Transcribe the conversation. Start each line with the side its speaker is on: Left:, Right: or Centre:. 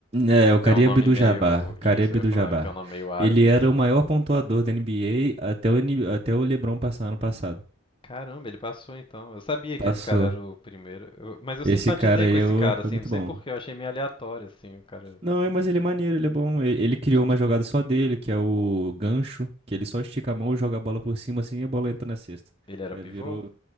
Right: É, o Kareem
Left: tem um nome
Right: Abdul-Jabbar,
Left: meio.
Right: Kareem
Left: Isso,
Right: Abdul-Jabbar.
Left: eu ia falar que tem um nome meio árabe
Right: Ele era
Left: assim.
Right: o maior pontuador da NBA até o, N- até o LeBron passar ano passado.
Left: Caramba, ele passou então. Eu sabia
Right: Passou.
Left: que esse cara era o primeiro. Eu- mas eu
Right: Esse
Left: simpatizei
Right: cara aí
Left: com
Right: eu-
Left: esse cara, assim,
Right: foi muito
Left: não sei
Right: bom.
Left: por porquê, eu achei meio aleatório, assim, o cara.
Right: Não, é, mas ele é maneiro, ele é bom. E- Ele, criou uma jogada só dele, que é o gancho, que ele só estica a mão, joga a bola por cima assim e a bola entra na cesta.
Left: Ele era
Right: É,
Left: pivô?
Right: virou.